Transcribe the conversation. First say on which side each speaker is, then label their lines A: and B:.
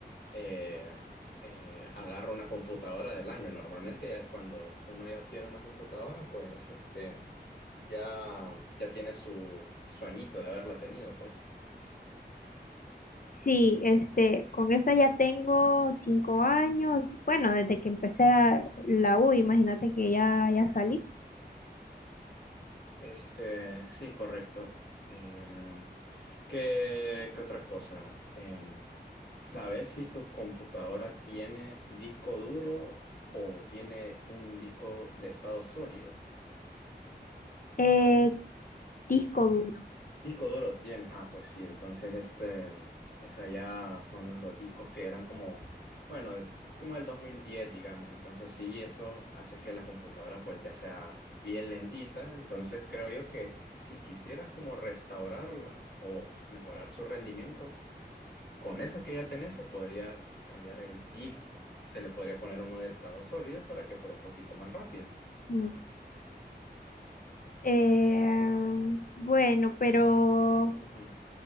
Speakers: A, on the left; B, on the left.
A: eh, eh, agarro una computadora del año. Normalmente ya cuando uno ya obtiene una computadora, pues este, ya, ya tiene su, su añito de haberla tenido, pues.
B: Sí, este, con esta ya tengo cinco años, bueno, desde que empecé a- la U, imagínate que ya, ya salí.
A: Este, sí, correcto. Em, ¿qué, qué otra cosa? Em, ¿sabes si tu computadora tiene disco duro o tiene un disco de estado sólido?
B: Eh, disco duro.
A: Disco duro tiene. Ah, pues sí, entonces este, esa ya son los discos que eran como, bueno, como del diez digamos. Entonces sí, eso hace que la computadora pues ya sea bien lentita. Entonces creo yo que si quisieras como restaurarla o mejorar su rendimiento, con esa que ya tenés se podría cambiar el disco. Se le podría poner uno de estado sólido para que fuera un poquito más rápida.
B: mm. Eh, bueno, pero
A: Ujú,